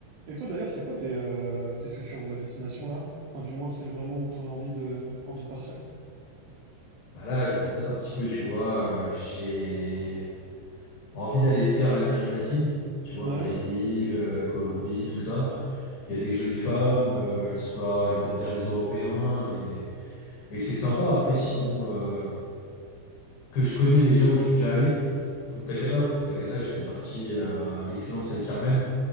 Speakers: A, on the right; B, on the left.
A: Et toi d'ailleurs, c'est quoi tes, euh, tes futures destinations là? Enfin, du moins celles vraiment où tu aurais envie de, envie de partir?
B: Bah là, je me tâte un petit peu, tu vois. euh, j'ai envie d'aller faire l'Amérique latine, tu vois,
A: Ouais.
B: Brésil, euh, Colombie, tout ça. Il y a des jolies femmes, euh, elles sont là, elles aiment bien les Européens et, et c'est sympa. Après, sinon, euh, que je connais déjà où je suis déjà allé, Punta Cana. Punta Cana, j'étais parti à l'Excellence El Carmen.